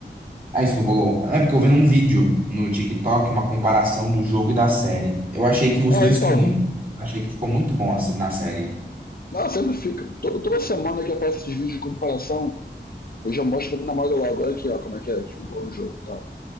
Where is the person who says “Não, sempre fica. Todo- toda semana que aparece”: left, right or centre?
Left